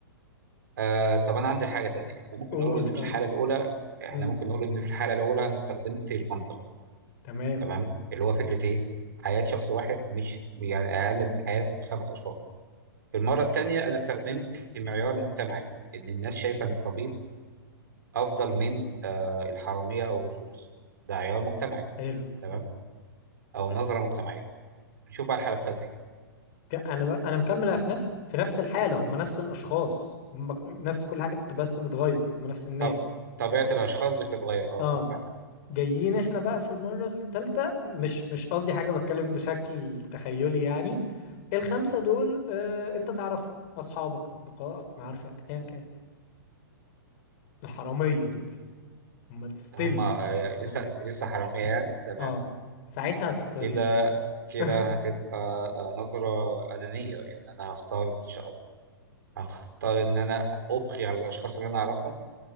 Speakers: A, on the right (about 60°); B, on the left (about 40°).
A: آه طب أنا عندي حاجة تانية إحنا ممكن
B: قول
A: نقول إن
B: طيب
A: في الحالة الأولى إحنا
B: امم
A: ممكن نقول إن في الحالة الأولى أنا استخدمت المنطق
B: تمام
A: تمام اللي هو فكرة إيه؟ حياة شخص واحد مش يعني أقل من حياة خمس أشخاص المرة التانية أنا استخدمت معيار مجتمعي إن الناس شايفة إن الطبيب أفضل من آه، الحرامية أو اللصوص ده عيار مجتمعي
B: حلو
A: تمام أو نظرة مجتمعية نشوف بقى الحالة التالتة كده
B: ك- انا ب- انا مكمله في نفس في نفس الحاله هم نفس الاشخاص هم ك- نفس كل حاجه بت- بس بتغير هم نفس الناس
A: طب طبيعة الأشخاص بتتغير أه
B: اه
A: فاهمك
B: جايين احنا بقى في المره الثالثه مش مش قصدي حاجه بتكلم بشكل تخيلي يعني الخمسه دول آه انت تعرفهم اصحابك اصدقائك معارفك ايا كان الحراميه دول هم ستيل
A: هما آه،
B: حراميه
A: لسه لسه حرامية يعني تمام
B: اه ساعتها هتختاري
A: كده
B: <laughs>
A: كده
B: إيه؟
A: هتبقى آه، نظرة أنانية إن أنا هختار إن شاء الله هختار إن أنا أبقي على الأشخاص اللي أنا أعرفهم